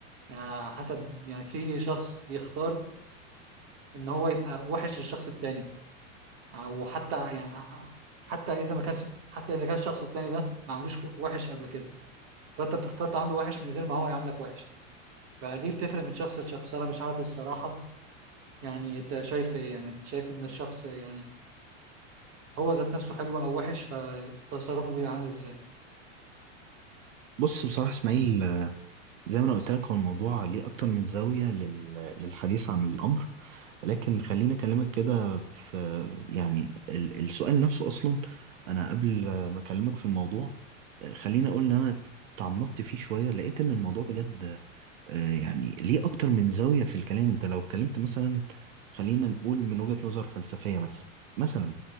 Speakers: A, on the right; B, on the right.
A: يعني حسب يعني في شخص بيختار ان هو يبقى وحش للشخص التاني او حتى يعني حتى اذا ما كانش حتى اذا كان الشخص التاني ده ما عملوش كو- وحش قبل كده فانت بتختار تعامله وحش من غير ما هو يعاملك وحش فدي بتفرق من شخص لشخص انا مش عارف الصراحه يعني انت شايف ايه يعني انت شايف ان الشخص يعني هو ذات نفسه حلو او وحش فتصرفه بيبقى عامل ازاي
B: بص بصراحه اسماعيل زي ما انا قلت لك هو الموضوع ليه اكتر من زاوية لل... للحديث عن الامر لكن خليني اكلمك كده في يعني ال... السؤال نفسه اصلا انا قبل ما اكلمك في الموضوع خليني اقول ان انا تعمقت فيه شوية لقيت ان الموضوع بجد آه، يعني ليه اكتر من زاوية في الكلام انت لو اتكلمت مثلا خلينا نقول من وجهة نظر فلسفية مثلا مثلا